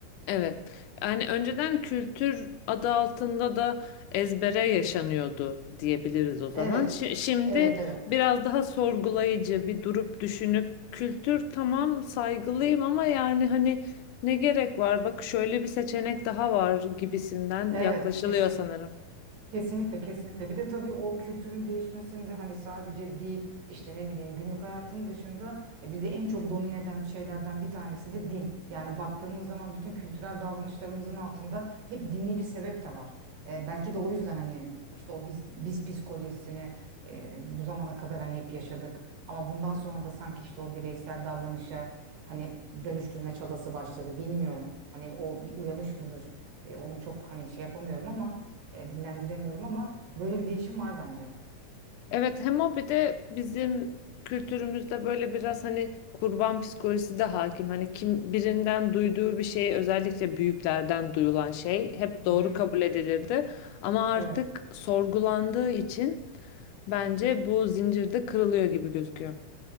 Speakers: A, on the left; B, on the right.
A: Evet. Yani önceden kültür adı altında da ezbere yaşanıyordu diyebiliriz o zaman.
B: evet,
A: Şi- şimdi
B: evet, evet.
A: biraz daha sorgulayıcı bir durup düşünüp kültür tamam saygılıyım ama yani hani ne gerek var? Bak şöyle bir seçenek daha var gibisinden
B: Evet,
A: yaklaşılıyor
B: kesin.
A: sanırım.
B: Kesinlikle kesinlikle. Bir de tabii o kültürün değişmesinde hani sadece dil işte ne bileyim günlük hayatın dışında e, bizi en çok domine eden şeylerden bir tanesi de din. Yani baktığımız zaman bütün kültürel davranışlarımızın altında hep dini bir sebep de var. E, belki de o yüzden hani işte o biz biz psikolojisini e, bu zamana kadar hani hep yaşadık. Ama bundan sonra da sanki işte o bireysel davranışa hani dönüştürme çabası başladı. Bilmiyorum. Hani o bir uyanış mıdır? E, onu çok hani şey yapamıyorum ama e, dillendiremiyorum ama böyle bir değişim var bence.
A: Evet hem o bir de bizim kültürümüzde böyle biraz hani kurban psikolojisi de hakim. Hani kim birinden duyduğu bir şey özellikle büyüklerden duyulan şey hep doğru
B: Hı hı.
A: kabul edilirdi. Ama artık
B: Evet.
A: sorgulandığı için bence bu zincirde kırılıyor gibi gözüküyor.